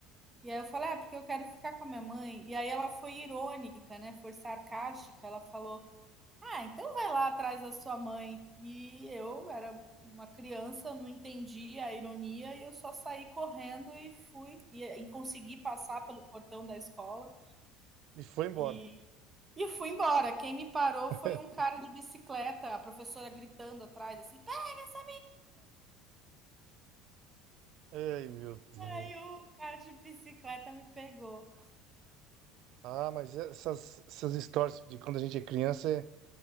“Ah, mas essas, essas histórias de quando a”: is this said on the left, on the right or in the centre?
Right